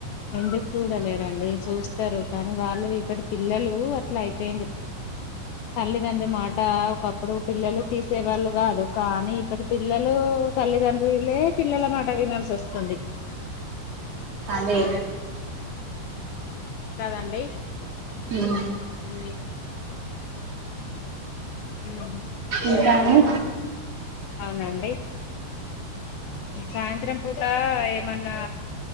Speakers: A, on the left (about 75°); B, on the right (about 45°).
A: ఎందుకు చూడలేరండి చూస్తారు కానీ వాళ్ళు ఇప్పుటి పిల్లలు అట్లా అయిపోఇండ్రు తల్లిదండ్ర్రి మాట ఒకప్పుడు పిల్లలు తీసేవాళ్ళు కాదు కానీ ఇప్పటి పిల్లలు తల్లిదండ్రులే పిల్లల మాట వినాల్సి వస్తుంది <inaudible>
B: అదే
A: కాదండి
B: హు మ్
A: అ మ్ హు
B: ఇంకా అండి
A: అవునండి సాయంత్రం పూట ఏమన్నా